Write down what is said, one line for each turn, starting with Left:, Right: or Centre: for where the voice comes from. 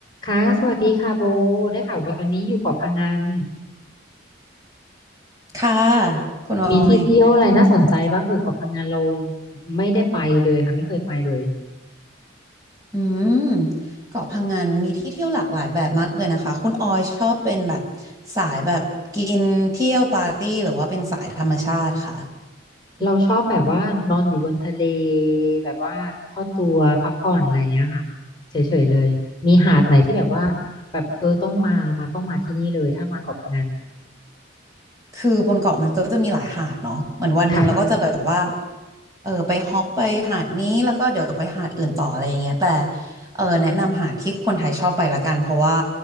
Left: ค่ะสวัสดีค่ะโบได้ข่าวว่าตอนนี้อยู่เกาะพะงัน
Right: ค่ะคุณออย
Left: มีที่เที่ยวอะไรน่าสนใจบ้างเออเกาะพะงันเราไม่ได้ไปเลยค่ะไม่เคยไปเลย
Right: อืมเกาะพังงานมีที่เที่ยวหลากหลายแบบมากเลยนะคะคุณออยชอบเป็นแบบสายแบบกินเที่ยวปาร์ตี้หรือว่าเป็นสายธรรมชาติค่ะ
Left: เราชอบแบบว่านอนอยู่บนทะเลแบบว่าทอดตัวพักผ่อนอะไรเงี้ยค่ะเฉยๆเลยมีหาดไหนที่แบบว่าแบบเออต้องมามาต้องมาที่นี่เลยถ้ามาเกาะพะงัน
Right: คือบนเกาะมันก็จะมีหลายหาดเนาะเหมือนวันหนึ่งเราก็จะแบบว่า
Left: ค่ะ
Right: เออไปฮอปไปหาดนี้แล้วก็เดี๋ยวไปหาดอื่นต่ออะไรอย่างเงี้ยแต่เออแนะนำหาดที่คนไทยชอบไปละกันเพราะว่า